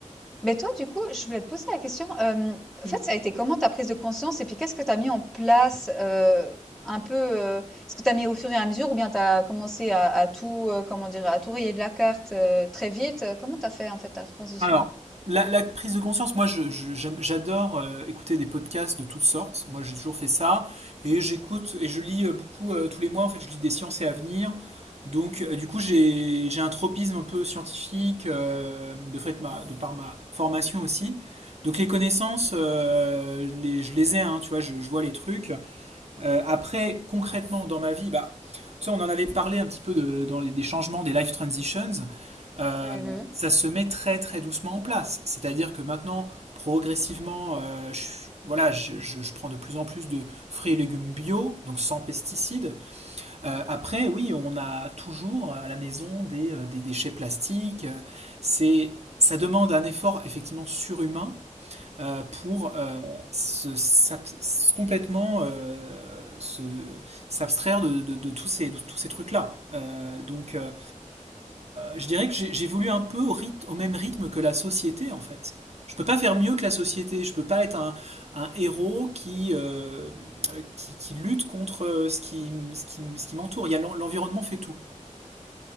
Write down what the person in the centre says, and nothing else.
Mais toi, du coup, je voulais te poser la question. euh,
en fait, ça a été comment ta prise de conscience et puis qu'est-ce que tu as mis en place euh, un peu euh, ce que tu as mis au fur et à mesure ou bien tu as commencé à, à tout, euh, comment dire, à tout rayer de la carte euh, très vite. euh, Comment tu as fait en fait ta transition?
Mhm.